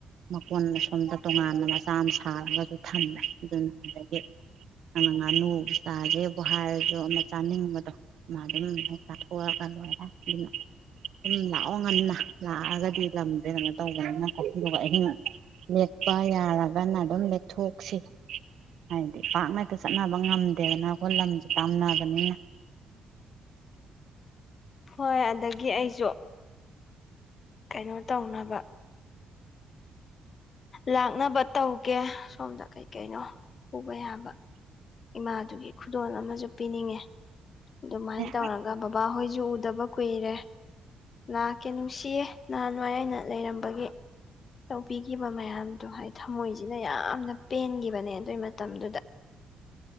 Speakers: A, on the right (about 70°); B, on the left (about 50°).
A: ꯃꯀꯣꯟ ꯑꯁꯣꯝꯗ ꯇꯣꯉꯥꯟꯅ ꯃꯆꯥ ꯑꯃ ꯁꯥꯔꯒꯁꯨ ꯊꯝꯃꯦ ꯑꯗꯨꯅ ꯑꯗꯒꯤ ꯑꯅ ꯉꯥꯅꯨꯕꯨ ꯆꯥꯁꯦꯕꯨ ꯍꯥꯏꯔꯁꯨ ꯑꯃ ꯆꯥꯅꯤꯡꯕꯗꯣ ꯃꯥ ꯑꯗꯨꯝ ꯍꯦꯛ ꯆꯥꯊꯣꯛꯑꯒ ꯂꯣꯏꯔꯦ ꯑꯗꯨꯅ ꯑꯗꯨꯨꯝ ꯂꯥꯛꯑꯣ ꯉꯟꯅ ꯂꯥꯛꯑꯒꯗꯤ ꯂꯝꯗꯦ ꯇꯧꯕꯅꯤꯅꯀꯣ ꯑꯗꯨꯒ ꯑꯍꯩꯅ ꯂꯦꯛꯄ ꯌꯥꯔꯒꯅ ꯑꯗꯨ ꯊꯣꯛꯁꯤ ꯍꯥꯏꯗꯤ ꯄꯥꯛ ꯉꯛꯇ ꯆꯠꯅꯕ ꯉꯝꯗꯦꯗꯅ ꯑꯩꯈꯣꯏ ꯂꯝꯁꯦ ꯄꯥꯝꯅꯕꯅꯤꯅ
B: ꯍꯣꯏ ꯑꯗꯒꯤ ꯑꯩꯁꯨ ꯀꯩꯅꯣ ꯇꯧꯅꯕ ꯂꯥꯛꯅꯕ ꯇꯧꯒꯦ ꯁꯣꯝꯗ ꯀꯩꯀꯩꯅꯣ ꯄꯨꯕ ꯌꯥꯕ ꯏꯃꯥꯗꯨꯒꯤ ꯈꯨꯗꯣꯜ ꯑꯃꯖꯨ ꯄꯤꯅꯤꯡꯉꯦ ꯗꯨꯃꯥꯏꯟ
A: ꯑꯦ
B: ꯇꯧꯔꯒ ꯕꯕꯥ ꯍꯣꯏꯖꯨ ꯎ ꯗꯕ ꯀꯨꯏꯔꯦ ꯂꯥꯛꯀꯦ ꯅꯨꯡꯁꯤꯌꯦ ꯅꯍꯥꯟꯋꯥꯏ ꯑꯏꯩꯅ ꯂꯩꯔꯝꯕꯒꯤ ꯇꯧꯕꯤꯈꯤꯕ ꯃꯌꯥꯝꯗꯣ ꯍꯥꯏ ꯊꯃꯣꯏꯖꯤꯅ ꯌꯥꯝꯅ ꯄꯦꯟꯒꯤꯕꯅꯦ ꯑꯗꯨꯏ ꯃꯇꯝꯗꯨꯗ